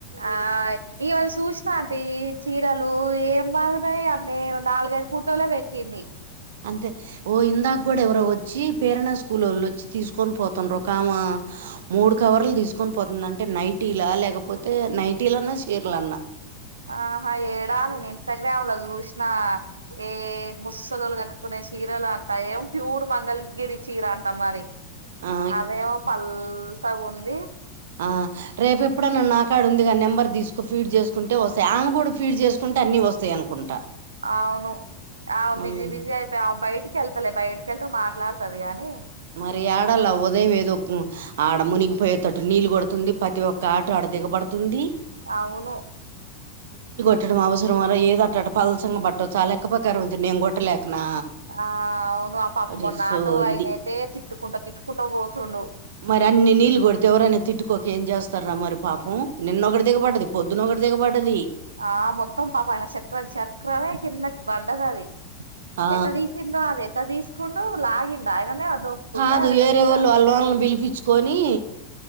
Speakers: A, on the right; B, on the right.
A: ఆహ్ అవ్వలా సుశీన ఆంటీ చీరలు ఏం బాగున్నాయి అన్నీ నాలుగైదు ఫోటోలే పెట్టింది
B: అంతే ఓ ఇందాక కూడా ఎవరో వచ్చి పేరనా స్కూల్ వాళ్ళు వచ్చి తీసుకొని పోతుండ్ర ఒకకామా మూడు కవర్లు తీసుకొని పోతుంద అంటే నైటీలా లేకపోతే నైటీలన్నా సీరలున్నా
A: ఆహా ఏడా నేను ఇన్స్టాగ్రామ్ లో చూసిన ఏ ముసలాలు కట్టుకునే చీరలు అంటా ఏం ప్యూర్ మంగళగిరి చీర అంటా మరి
B: ఆ
A: అదేమో పల్సగ ఉంది
B: ఆహ్ రేపు ఎప్పుడన్నాన్న నాకాడుంది ముందుగా నెంబర్ తీసుకో ఫీడ్ చేసుకుంటే వస్తాయి ఆమె కూడా ఫీడ్ చేసుకుంటే అన్ని వస్తాయి అనుకుంటా
A: అవును ఆమె బిజ
B: ఉమ్.
A: బిజ అయిపాయే అ బయట్కిళ్తలే బయ క్కలతో మాట్లాడుతది గాని
B: మరి ఆడలా ఉదయం ఏదో ఆడ మునిగిపోయేటటు నీళ్లుు కొడుతుంది ప్రతి ఒక్క ఆట ఆడ దిగబడుతుంది
A: అవును
B: పట్టడం అవసరం అనా ఏదిట్టట పలసంగ బట్టదు చాలా ఎక్కు ప్రకారం అంది నేను కొట్టలేక నా
A: ఆ అవును ఆ పాప
B: మరి
A: మొన్న
B: సోది
A: ఆటో ఆయనైతే తిట్టుకుంటా తిట్టుకుంటా పోతుండు
B: మరి అన్ని నీళ్ళ కొడితే ఎవరనే తిట్టుకోక ఏం చేస్తారా మరి పాపం నిన్నొకటి దిగపడ్డది పొద్దున ఒకటీ దిగ పడది
A: ఆ మొత్తం పాపం అయిన చకరం చకరమే కిన్న బండదది
B: ఆ
A: ఎట్ట తీసిందో అది ఎట్ట తీసుకుండు లాగింద ఆయననే దోపుకుండా
B: కాదు
A: ఎవరైనా
B: వేరే
A: వచ్చిరా
B: వోలని వాళ్ళ వోలని పిలిపించుకొని